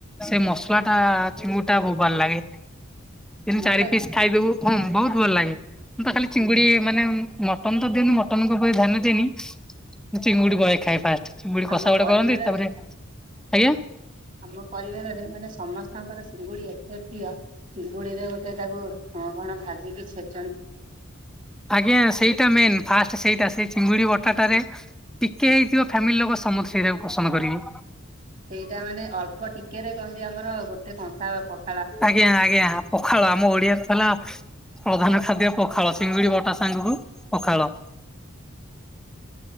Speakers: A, in the centre; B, on the right (about 40°).
A: ସେ ମସଲା ଟା ଚିଙ୍ଗୁଡି ଟା ବହୁତ ଭଲ ଲାଗେ ତିନି
B: ଭଲ
A: ଚାରି
B: ଲାଗେ
A: ପିସ୍ ଖାଇଦବୁ ହଁମ ବହୁତ ଭଲ ଲାଗେ ମୁଁ ତ ଖାଲି ଚିଙ୍ଗୁଡି ମାନେ ମଟନ ତ ଦିଅନ୍ତୁ ମଟନଙ୍କ ପ ଧ୍ୟାନ ଦିଏନି ଚିଙ୍ଗୁଡି ବହେ ଖାଏ ଫାଷ୍ଟ ଚିଙ୍ଗୁଡି କଷା
B: ଆମ
A: ଗୋଟେ
B: ପରିବାର
A: କରନ୍ତି ତାପରେ ଆଜ୍ଞା
B: ଆମ ପରିବାରରେ ମାନେ ସମସ୍ତଙ୍କର ସିଙ୍ଗୁଡି ଏତେ ପ୍ରିୟ ଚିଙ୍ଗୁଡି ରେ ଗୋଟେ ତାକୁ କ କଣ ଭାଜିକି ଛେ
A: ଆଜ୍ଞା ସେଇଟା ମେନ ଫାଷ୍ଟ ସେଇଟା ସେ ଚିଙ୍ଗୁଡି ବଟା ଟାରେ ଟିକେ ହେଇଥିବ ଫ୍ୟାମିଲି ଲୋକ ସମସ୍ତେ ସେଇଟାକୁ ପସନ୍ଦ କରିବେ
B: ସେଇଟା ମାନେ ଅଳ୍ପ ଟିକେ ରେ କହନ୍ତି ଆମର ଗୋଟେ କଂସା ପ
A: ଆଜ୍ଞା ଆଜ୍ଞା ହ ପଖାଳ ଆମ ଓଡିଆରେ ତ ହେଲା ପ୍ରଧାନ ଖାଦ୍ୟ ପଖାଳ ସିଙ୍ଗୁଡି ବଟା ସାଙ୍ଗୁକୁ ପଖାଳ